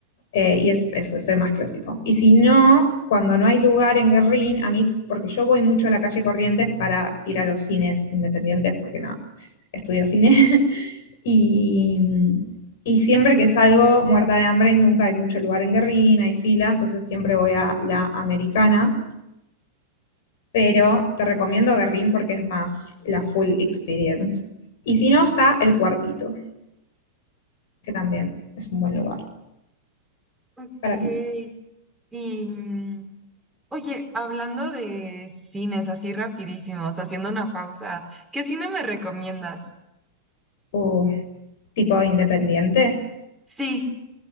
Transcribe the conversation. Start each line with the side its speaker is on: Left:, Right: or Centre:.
Left: Eh, y es eso, es el más clásico. Y si no, cuando no hay lugar en Guerrín, a mí, porque yo voy mucho a la calle Corrientes para ir a los cines independientes, porque no, estudio cine. <laughs> y, y siempre que salgo muerta de hambre, nunca hay mucho lugar en Guerrín, hay fila, entonces siempre voy a la americana pero te recomiendo Guerrín porque es más la full experience. Y si no, está El Cuartito, que también es un buen lugar
Centre: <laughs>
Left: para
Centre: Ok.
Left: pi-
Centre: Y, mm, oye, hablando de cines así rapidísimos, haciendo una pausa, ¿qué cine me recomiendas?
Left: uh, tipo independiente.
Centre: Sí,